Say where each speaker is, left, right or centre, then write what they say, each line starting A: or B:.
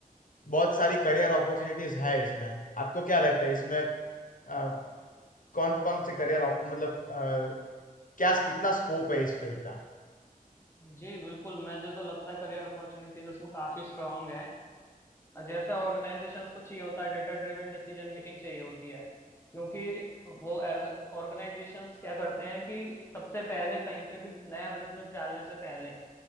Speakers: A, on the left (about 65°); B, on the left (about 15°).
A: बहुत सारी करियर अपॉर्चुनिटीज है इसमें आपको क्या लगता है इसमें आ, कौन कौन से करियर मतलब अ, क्या कितना स्कोप है इस फील्ड का
B: जी बिल्कुल मुझे तो लगता है करियर अपॉर्चुनिटीज उसमें काफी स्ट्रांग है और जैसे ऑर्गेनाइजेशंस को चाहिए होता है डेटा ड्रिवन डिसीजन मेकिंग चाहिए होती है क्योंकि वो ऑर्गेनाइजेशंस क्या करते हैं कि सबसे पहले कहीं पे भी नया बिजनेस डालने से पहले